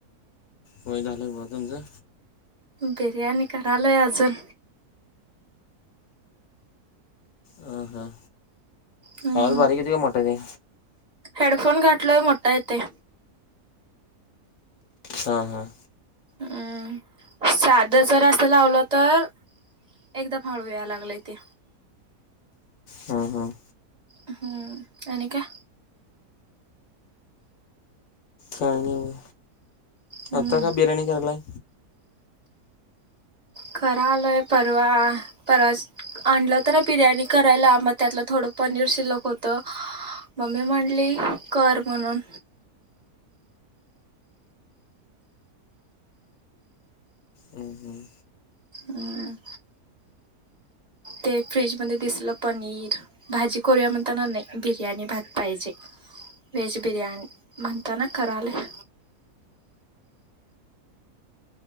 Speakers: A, on the left; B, on the right.
A: होय, झालं बघा, तुमचं?
B: बिर्याणी करालोय अजून.
A: हा हा,
B: हम्म
A: आवाज बारीक येतोय काय मोठा येतोय?
B: हेडफोन घाातलोय, मोठा येतोय.
A: हा हा.
B: हम्म! साध जर असं लावलं तर एकदम हळू याय लागलय ते.
A: हम्म हम्म.
B: हम्म! आणि काय?
A: काही नाही,
B: हम्म
A: आता काय बिर्याणी करालाय?
B: करालोय परवा, परवा आणलं तर बिर्याणी करायला, मग त्यातलं थोडं पनीर शिल्लक होत. मम्मी म्हणली कर म्हणून.
A: हम्म हम्म.
B: हम्म! ते फ्रीजमध्ये दिसलं पनीर. भाजी करूया म्हणताना नाही, बिर्याणी भात पाहिजे. वेज बिर्याणी, म्हणताना करालय.